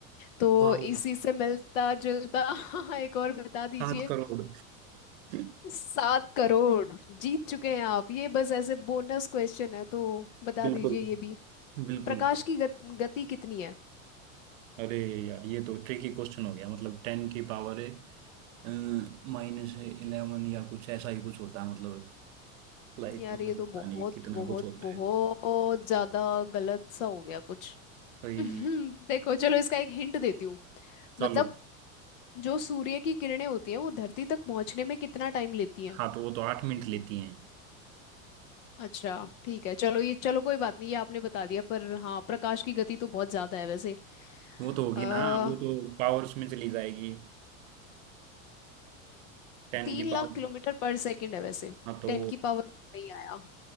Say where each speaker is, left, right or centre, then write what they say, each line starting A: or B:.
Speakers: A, on the left; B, on the right.
A: तो
B: वाह
A: इसी से मिलता जुलता <laughs> एक और बता दीजिए
B: सात करोड़ <laughs>
A: सात करोड़ जीत चुके हैं आप ये बस ऐसे बोनस क्वेश्चन है तो बता
B: बिल्कुल
A: दीजिए ये भी
B: बिल्कुल
A: प्रकाश की गत, गति कितनी है
B: अरे यार ये तो ट्रिकी क्वेश्चन हो गया मतलब टेन की पावर है माइनस इलेवन या कुछ ऐसा ही कुछ होता है मतलब लाइट
A: यार
B: मतलब
A: ये तो
B: पता
A: बहुत
B: नहीं कितना
A: बहुत
B: कुछ होता
A: बहुत
B: है
A: ज्यादा गलत सा हो गया कुछ
B: भाई
A: <laughs> देखो चलो इसका एक हिंट देती हूँ
B: चलो
A: मतलब जो सूर्य की किरणें होती हैं वो धरती तक पहुंचने में कितना टाइम लेती हैं
B: हाँ तो वो तो आठ मिनट लेती हैं
A: अच्छा ठीक है चलो ये चलो कोई बात नहीं ये आपने बता दिया पर हाँ प्रकाश की गति तो बहुत ज्यादा है वैसे
B: वो तो होगी
A: अ
B: ना वो तो पावर उसमें चली जाएगी टेन
A: तीन
B: की पावर
A: लाख किलोमीटर पर सेकंड है वैसे
B: हाँ तो
A: टेन की पावर नहीं आया